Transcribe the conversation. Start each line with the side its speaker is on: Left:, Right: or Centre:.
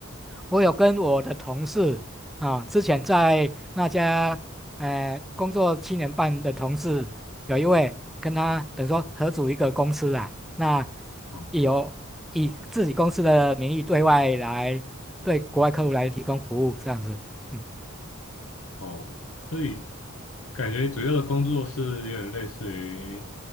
Centre: 我有跟我的同事啊，之前在那家呃工作七年半的同事，有一位跟他等于说合组一个公司啊，那
Left: 哦哦
Centre: 也有以自己公司的名义对外来对国外客户来提供服务这样子，嗯
Left: 哦，所以感觉主要的工作是有点类似于